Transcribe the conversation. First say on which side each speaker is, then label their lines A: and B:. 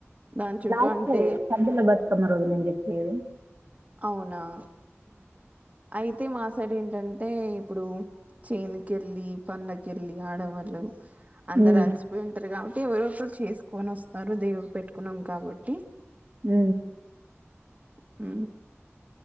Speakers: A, on the right; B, on the right.
A: దాని చుట్టూ
B: స్
A: అంటే
B: సబ్దుల బతుకమ్మ రోజు నిం చెప్ప
A: అవునాఐదు అతే మా సైడ్ ఏంటంటే ఇప్పుడు చేనకెళ్ళలి పంళక వెళ్ళి ఆడవాళ్ళు అందరు
B: ఉమ్
A: అలసిపోయి ఉంటారు కాబట్టి అంటే ఎవరి ఒకరు చేసుకొని వస్తారు దేవులు పెట్టుకున్నాం కాబట్టి
B: అ
A: అ